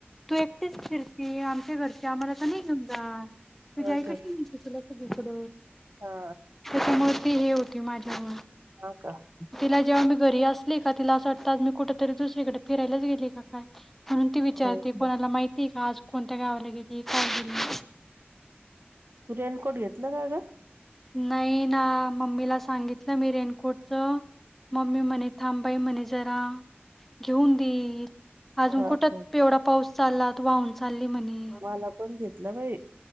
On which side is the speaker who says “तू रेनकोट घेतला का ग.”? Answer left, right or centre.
Right